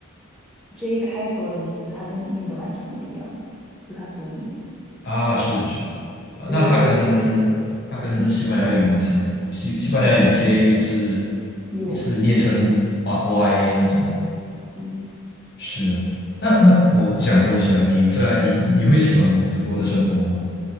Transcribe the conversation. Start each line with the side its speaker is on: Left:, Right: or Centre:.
Centre: J 开头的名字，它跟英语的完全不一样的，就它读音，
Left: 啊，是是，啊，
Centre: 所以就有时候，
Left: 那它跟它跟西班牙语蛮像，
Centre: 嗯，
Left: 西西班牙语
Centre: 是吗？
Left: J 也是
Centre: 有，
Left: 也是念成 Y Y 那种，
Centre: 嗯，
Left: 是。那那我我想问一下，你在你你会喜欢德国的生活吗？